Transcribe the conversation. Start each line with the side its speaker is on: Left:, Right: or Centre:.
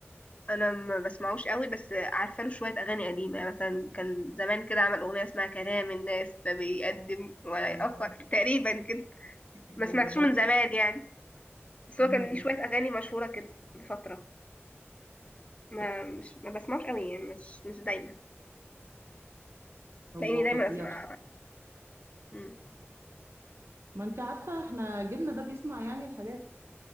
Left: أنا ما بسمعوش قوي بس عارفة له شوية أغاني قديمة يعني مثلا كان زمان كده عمل أغنية اسمها كلام الناس لا بيقدم ولا
Right: آه.
Left: يأخر تقريبا كده
Right: بالظبط
Left: ما سمعتش من زمان يعني بس
Right: م-
Left: هو
Right: م.
Left: كان ليه شوية أغاني مشهورة كده من فترة ما مش ما بسمعوش قوي يعني مش مش دايما
Right: هو
Left: تلاقيني دايما
Right: فظيع
Left: أسمع مم.
Right: ما انت عارفه احنا جيلنا ده بيسمع يعني الحاجات